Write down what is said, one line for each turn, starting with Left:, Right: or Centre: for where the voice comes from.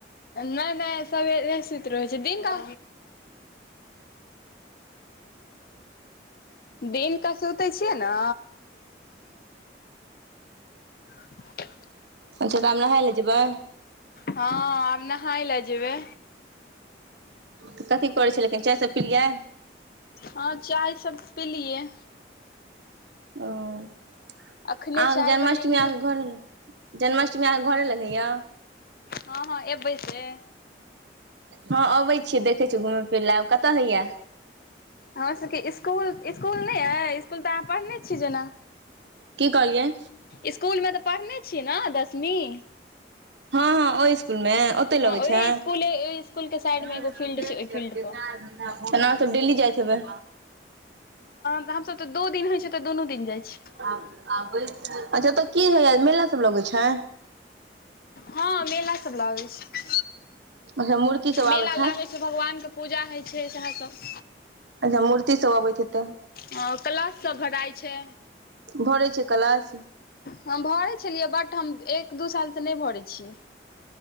Left: नै- नै सवेरे सुति रहै छियै दिन के दिनके सुतै छियै ने <inaudible>
Right: अच्छा तऽ आब नहाय लए जेबै।
Left: हँ आब नहाय लए जेबै।
Right: तऽ कथि करैत छलियै कनि चाय सभ पिलियै।
Left: हँ चाय सब पी लियै।
Right: ओ अहाँके
Left: अखने चाय
Right: जन्माष्टमी
Left: बनेलियै
Right: अहाँके घर जन्माष्टमी अहाँके घरे लग होइया।
Left: हँ- हँ एबै से।
Right: हँ अबै छीये देखै छीयै घुम फिरय लए, आब कतऽ होइया।
Left: हमर सबके स्कुल-स्कुल नै अय, स्कुल तऽ आहां पढ़ने छीये जेना।
Right: की कहलियै।
Left: इसकुलमें तऽ पढ़ने छियै ने दसमीं।
Right: हँ ओहि इसकुल में ओतै लगै
Left: हँ ओहि
Right: छै।
Left: स्कूले ओहि स्कूलके साइडमे
Right: अहाँ
Left: एगो फील्ड छै ओहि फील्ड पर
Right: सब डेली जाइत हेबै।
Left: हमस सब तऽ दू दिन होइ छै, तऽ दुनू दिन जाइ छीयै।
Right: अच्छा तऽ की होइया मेला सब लगै छै।
Left: हँ मेला सब लागै छै।
Right: अच्छा मूर्ति सब
Left: मेला
Right: आबैत हैत
Left: लागै छै, भगवानके पूजा होइ छै, सएह सब।
Right: अच्छा मूर्ति सब अबैत हेतै
Left: हं क्लश सब भराइ छै।
Right: भरै छियै क्लस।
Left: हम भरै छलियै, बट हम एक दू सालसँ नै भरै छियै।